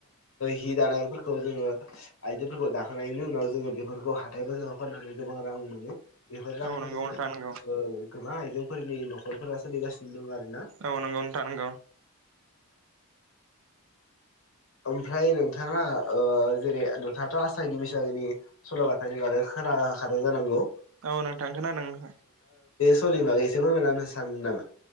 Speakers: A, on the left (about 65°); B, on the right (about 65°).
A: हि दानायफोरखौ जोङो आइजोफोरखौ दाखोनायनि उनाव जोङो बेफोरखौ हाथाय बाजार फाननानै गोबां रां मोनो बेफोर रांफोरजों
B: औ नंगौ नोंथां नंगौ
A: गोबां आइजेंफोरनि नखरफोरा सोलिगासिनो दं आरो
B: औ नंगौ नोंथां नंगौ
A: ओमफ्राय नोंथाङा जेरै नोंथाङाथ' आसागि बैसागिनि सल' बाथानि बागै खोनाखादों जानांगौ
B: औ नोंथां खोनादों नोंथां
A: सलि बागै एसे फोरमायनानै होनो सानदों नामा?